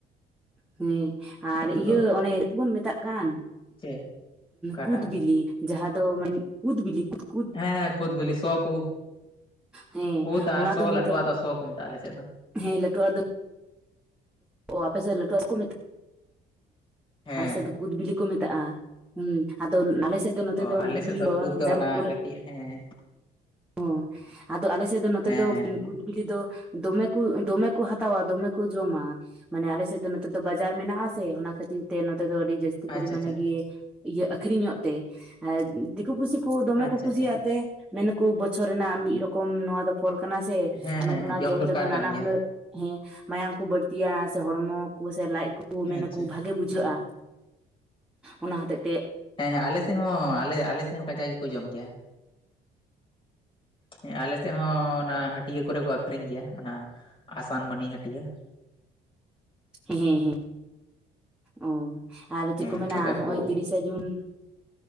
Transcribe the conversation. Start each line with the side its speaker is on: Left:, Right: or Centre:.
Centre: ᱦᱮᱸ ᱟᱨ
Left: ᱱᱤᱛᱚᱜ
Centre: ᱤᱭᱟᱹ
Left: ᱫᱚ
Centre: ᱚᱱᱮ ᱪᱮᱫ ᱵᱚᱱ ᱢᱮᱛᱟᱜ ᱠᱟᱱ
Left: ᱪᱮᱫ ᱚᱠᱟᱴᱟᱜ
Centre: ᱠᱩᱫᱽ ᱵᱤᱞᱤ ᱡᱟᱦᱟᱸ ᱫᱚ ᱢᱟᱱ ᱠᱩᱫᱽ ᱵᱤᱞᱤ ᱠᱩ
Left: ᱦᱮᱸ ᱠᱩᱫᱽ ᱵᱤᱞᱤ ᱥᱚ ᱠᱩ
Centre: ᱦᱮᱸ
Left: ᱠᱩᱫᱽ ᱟᱨ
Centre: ᱚᱱᱟ
Left: ᱥᱚ
Centre: ᱱᱤᱛ
Left: ᱞᱟᱹᱴᱩᱣᱟᱜ ᱫᱚ ᱥᱚ ᱠᱚ ᱢᱮᱛᱟᱜ-ᱟ ᱟᱞᱮ ᱥᱮᱫ ᱫᱚ᱾
Centre: ᱦᱮᱸ ᱞᱟᱴᱩᱣᱟᱜ ᱫᱚ ᱚ ᱟᱯᱮ ᱥᱮᱫ ᱫᱚ ᱞᱟᱹᱴᱩᱣᱟᱜ ᱠᱚ ᱢᱮᱛᱟᱜ-ᱟ᱾
Left: ᱦᱮᱸ
Centre: ᱟᱞᱮ ᱥᱮᱫ ᱫᱚ ᱠᱩᱫᱽ ᱵᱤᱞᱤ ᱠᱚ ᱢᱮᱛᱟᱜ-ᱟ ᱦᱩ ᱟᱫᱚ ᱱᱟᱞᱮᱥᱮᱫ ᱫᱚ ᱱᱚᱛᱮ
Left: ᱚ
Centre: ᱫᱚ
Left: ᱟᱞᱮ
Centre: ᱠᱩᱫᱽ
Left: ᱥᱮᱫ
Centre: ᱵᱤᱞᱤ
Left: ᱠᱩᱫ ᱫᱚ
Centre: ᱡᱟᱨ
Left: ᱚᱱᱟ
Centre: ᱠᱚᱨᱮ
Left: ᱠᱟᱹᱴᱤᱡ ᱦᱮᱸ
Centre: ᱚ ᱟᱫᱚ ᱟᱞᱮᱥᱮᱫ ᱫᱚ ᱱᱚᱛᱮ
Left: ᱦᱮᱸ
Centre: ᱫᱚ
Left: ᱦᱮᱸ ᱦᱮᱸ
Centre: ᱠᱩᱫᱽ ᱵᱤᱞᱤ ᱫᱚ ᱫᱚᱢᱮ ᱠᱚ ᱫᱚᱢᱮ ᱠᱚ ᱦᱟᱛᱟᱣᱟ ᱫᱚᱢᱮ ᱠᱚ ᱡᱚᱢᱟ ᱢᱟᱱᱮ ᱟᱞᱮᱥᱮᱫ ᱫᱚ ᱱᱚᱛᱮ ᱫᱚ ᱵᱟᱡᱟᱨ ᱢᱮᱱᱟᱜ ᱟᱥᱮ ᱚᱱᱟ ᱠᱷᱟᱹᱛᱤᱨ ᱛᱮ ᱱᱚᱛᱮ ᱫᱚ ᱟᱹᱰᱤ ᱡᱟᱹᱥᱛᱤ ᱛᱩᱯᱩᱫᱽ
Left: ᱟᱪᱪᱷᱟ
Centre: ᱢᱟᱱᱮ
Left: ᱟᱪᱪᱷᱟ
Centre: ᱜᱮ ᱤᱭᱟᱹ ᱟᱠᱷᱨᱤᱧᱚᱜ ᱛᱮ ᱟᱨ ᱫᱤᱠᱩ ᱯᱩᱥᱤ ᱠᱚ ᱫᱚᱢᱮ
Left: ᱟᱪᱪᱷᱟ
Centre: ᱠᱚ ᱠᱩᱥᱤᱭᱟᱜ
Left: ᱟᱪᱪᱷᱟ
Centre: ᱛᱮ ᱠᱩ ᱵᱚᱪᱷᱚᱨ ᱨᱮᱱᱟᱜ ᱢᱤᱫ ᱨᱚᱠᱚᱢ ᱱᱚᱶᱟ ᱫᱚ ᱯᱷᱚᱞ ᱠᱟᱱᱟ ᱥᱮ
Left: ᱦᱮᱸ ᱦᱮᱸ
Centre: ᱚᱱᱟ
Left: ᱦᱮᱸ
Centre: ᱡᱚᱢ
Left: ᱫᱚᱨᱠᱟᱨ
Centre: ᱛᱮᱫᱚ ᱱᱟᱱᱟ
Left: ᱠᱟᱱ ᱜᱮᱭᱟ
Centre: ᱦᱩᱱᱟᱹᱨ ᱦᱮᱸ ᱢᱟᱭᱟᱢ ᱠᱚ ᱵᱟᱹᱲᱛᱜᱤᱭᱟ ᱥᱮ ᱦᱚᱲᱢᱚ ᱠᱚ ᱥᱮ ᱞᱟᱡ ᱠᱩ ᱠᱩ ᱢᱮᱱᱟᱠᱚ
Left: ᱟᱪᱪᱷᱟ
Centre: ᱵᱷᱟᱜᱮ ᱵᱩᱡᱷᱟᱹᱜ-ᱟ
Left: ᱦᱮᱸ
Centre: ᱚᱱᱟ ᱦᱚᱛᱮᱫ
Left: ᱦᱮᱸ ᱟᱞᱮ ᱥᱮᱫ ᱦᱚᱸ ᱟᱞᱮ ᱥᱮᱫ ᱦᱚᱸ ᱠᱟᱡᱟᱠ ᱜᱮᱠᱚ ᱡᱚᱢ ᱜᱮᱭᱟ᱾ ᱦᱮᱸ ᱟᱞᱮ ᱥᱮᱫ ᱦᱚᱸ ᱚᱱᱟ ᱦᱟᱹᱴᱤᱭᱟᱹ ᱠᱚᱨᱮ ᱠᱚ ᱟᱹᱠᱷᱨᱤᱧ ᱜᱮᱭᱟ ᱚᱱᱟ ᱟᱥᱟᱱ ᱢᱟᱹᱱᱤ ᱦᱟᱹᱴᱤᱭᱟᱹ
Centre: ᱦᱮᱸ ᱦᱮᱸ ᱚ ᱟᱨ ᱪᱤᱫ
Left: ᱦᱮᱸ
Centre: ᱠᱚ ᱢᱮᱱᱟ
Left: ᱠᱟᱡᱟᱠ
Centre: ᱦᱚᱸᱜ-ᱚᱭ
Left: ᱠᱚ
Centre: ᱛᱤᱨᱤᱥ ᱥᱮ ᱡᱩᱱ